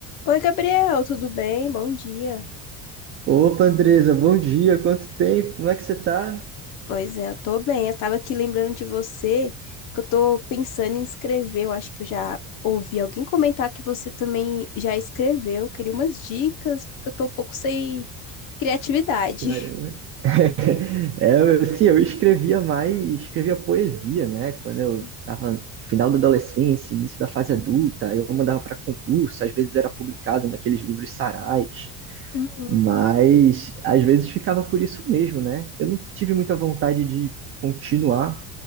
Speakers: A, on the left (about 55°); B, on the right (about 35°).
A: Oi, Gabriel, tudo bem? Bom dia.
B: Opa, Andresa, bom dia, quanto tempo, como é que você tá?
A: Pois é, eu tô bem. Eu tava aqui lembrando de você, que eu tô pensando em escrever. Eu acho que eu já ouvi alguém comentar que você também já escreveu. Eu queria umas dicas, porque eu tô um pouco sem criatividade.
B: Caramba. <laughs> É, eu- assim, eu escrevia mais, escrevia poesia, né? Quando eu
A: <laughs>
B: tava no final da adolescência, início da fase adulta, eu mandava para concurso, às vezes era publicado naqueles livros Sarais,
A: Uhum.
B: mas às vezes ficava por isso mesmo, né? Eu não tive muita vontade de continuar